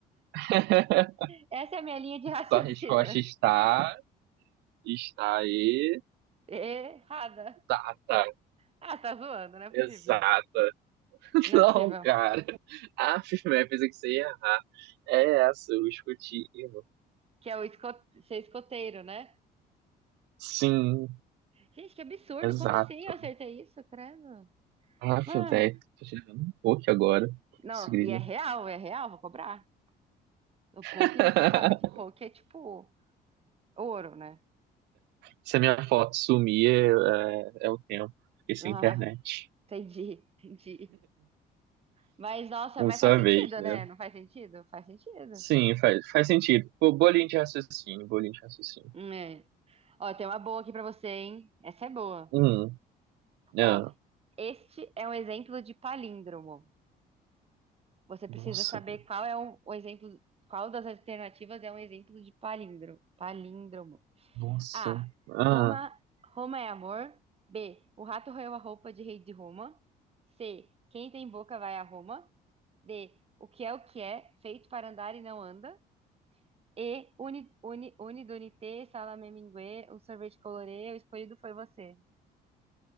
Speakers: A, on the right (about 85°); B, on the right (about 35°).
A: <laughs>
B: Essa é a minha linha de raciocínio.
A: Sua resposta está, está aí,
B: Errada.
A: exata,
B: Ah, tá zoando, não é possível.
A: exata. <laughs>
B: Não
A: Não,
B: é possível.
A: cara. Ah, eu pensei que você ia errar. É essa, o escutino.
B: Que é o esco- ser escoteiro, né?
A: Sim,
B: Gente, que absurdo.
A: exato.
B: Como assim eu acertei isso, credo?
A: Ah, velho,
B: Ah,
A: tô tirando um pouco agora.
B: não,
A: Isso, grilo.
B: e é real, é real, vou cobrar. O
A: <laughs>
B: poke, você sabe que poke é tipo ouro, né?
A: Se a minha foto sumir, é, é o tempo.
B: <laughs>
A: Fiquei sem
B: Ah,
A: internet.
B: entendi, entendi. Mas, nossa,
A: Uma
B: mas
A: só
B: faz sentido,
A: vez, né?
B: né? Não faz sentido? Faz sentido.
A: Sim, faz, faz sentido. Pô, bolinho de raciocínio, bolinho de raciocínio.
B: Hum, É. Ó, tem uma boa aqui pra você, hein? Essa é boa.
A: Hum, ah,
B: Ó, este é um exemplo de palíndromo. Você precisa
A: nossa,
B: saber
A: velho,
B: qual é um- o exemplo, qual das alternativas é um exemplo de palíndromo. Palíndromo.
A: nossa.
B: A.
A: Ah,
B: Roma, Roma é amor. B. O rato roeu a roupa de rei de Roma. C. Quem tem boca vai a Roma. D. O que é o que é, feito para andar e não anda. E. Uni, uni, uni, donite, salame mingue, um sorvete colorê, o escolhido foi você.